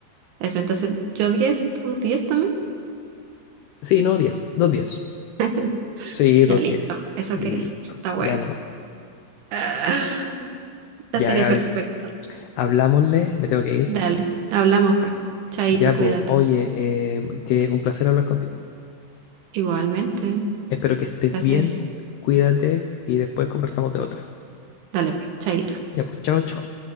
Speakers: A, on the right (about 70°); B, on the left (about 80°).
A: Eso, entonces yo diez y tú 10 también.
B: Sí, no, diez, dos diez.
A: <laughs>
B: Sí,
A: Ya
B: dos
A: listo,
B: diez.
A: eso
B: Listo,
A: quiere saber. Está bueno.
B: ya nomás.
A: Ah, la
B: Ya,
A: serie
B: Gaby,
A: perfecta.
B: hablámosle, me tengo que ir.
A: Dale, hablamos pues. Chaito,
B: Ya,
A: cuídate.
B: pues, oye, eh, que un placer hablar contigo.
A: Igualmente.
B: Espero que estés
A: Gracias.
B: bien, cuídate y después conversamos de otra.
A: Dale pues, chaito.
B: Ya, pues, chao, chao.